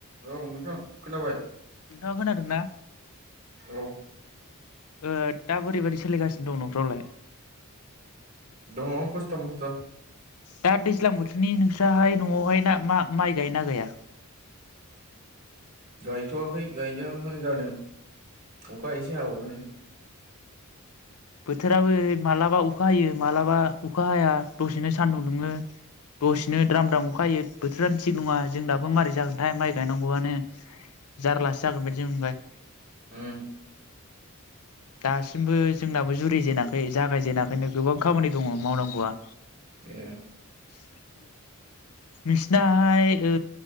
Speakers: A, on the right; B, on the left.
A: औ नोंथां खोनाबाय
B: नोंथाङा खोनादोंना
A: औ
B: ओ दा बोरै बोरै सोलिगासिनो दं न'फ्रावलाय
A: दङ खसथ मस्थ
B: दा दैज्लां बोथोरनि नोंस्राहाय न'आवहाय ना मा माइ गायो ना गाया
A: गायथ'वाखै गायनोहांहां जादों अखा एसे हाबावनानै
B: बोथोराबो मालाबा अखा हायो मालाबा अखा हाया दसेनो सान्दुं दुङो दसेनो द्राम द्राम अखा हायो बोथोरानो थिग नङा जोंनाबो मारै जागोनथाय माइ गायनांगौआनो जारलासो जागोन बायदि मोनबाय
A: उम
B: दासिमबो जोंनाबो जुरि जेनाखै जागाय जेनाखैनो गोबां खामानि दङ मावनांगौआ
A: ए
B: <inaudible> नोंसिनाहाय ओ